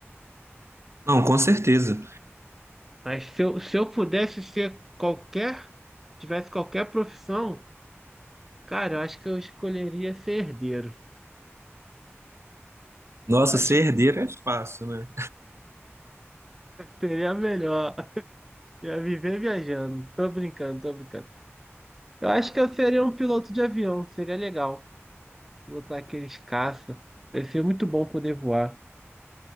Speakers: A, on the right (about 70°); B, in the centre.
A: Não, com certeza.
B: Mas se eu, se eu pudesse ser qualquer, tivesse qualquer profissão, cara, eu acho que eu escolheria ser herdeiro.
A: Nossa,
B: Acho
A: ser
B: que
A: herdeiro é fácil, né?
B: seria melhor. Ia viver viajando. Tô brincando, tô brincando. Eu acho que eu seria um piloto de avião, seria legal. Pilotar aqueles caça. Ia ser muito bom poder voar.